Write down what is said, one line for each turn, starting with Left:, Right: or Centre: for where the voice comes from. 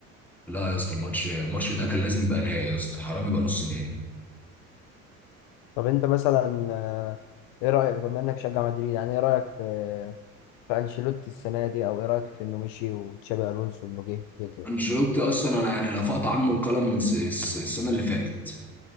Centre: لا يا اسطى الماتش الماتش ده كان لازم يبقى نهائي يا اسطى حرام يبقى نص نهائي
Left: طب أنت مثلا آه، إيه رأيك طب إنك تشجع مدريد يعني إيه رأيك في آه، في أنشيلوتي السنة دي أو إيه رأيك في إنه مشي وتشابي ألونسو إنه جه كده
Centre: أنشيلوتي أصلا أنا يعني رفعت عنه القلم من س- الس- السنة اللي فاتت